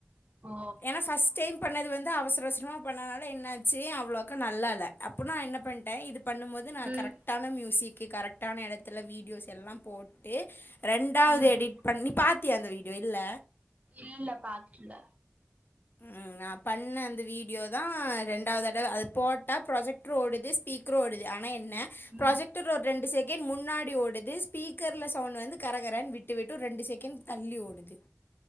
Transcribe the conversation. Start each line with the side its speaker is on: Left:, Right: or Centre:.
Right: ஓ
Left: ஏன்னா ஃபஸ்ர்ட் டைம் பண்ணது வந்து அவசர அவசரமா பண்ணனால என்னாச்சு அவ்ளோக்கா நல்லா இல்ல அப்போ நா என்ன பண்ணிட்டேன் இது பண்ணும் போது நா
Right: ம்
Left: கரெக்டான மியூசிக் ஓகே கரெக்டான இடத்துல வீடியோஸ் எல்லாம் போட்டு ரெண்டாவது
Right: ம்
Left: எடிட் பண்ணி பாத்தியா அந்த வீடியோ இல்ல
Right: இல்ல பாக்கல
Left: உம் நா பண்ணேன் அந்த வீடியோ தான் ரெண்டாவது தடவ அது போட்டா ப்ரொஜெக்டர் ஓடுது ஸ்பீக்கர் ஓடுது ஆனா என்ன
Right: ம்
Left: ப்ராஜெக்டர் ஒரு ரெண்டு செகண்ட் முன்னாடி ஓடுது ஸ்பீக்கர்ல சவுண்ட் வந்து கரங் கரான் விட்டுவிட்டு ரெண்டு செகண்ட் தள்ளி ஓடுது